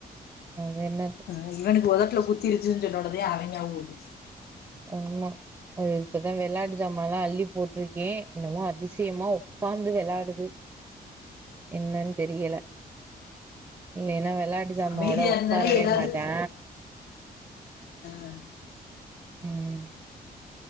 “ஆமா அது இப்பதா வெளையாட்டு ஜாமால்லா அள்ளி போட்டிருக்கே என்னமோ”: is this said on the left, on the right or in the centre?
Right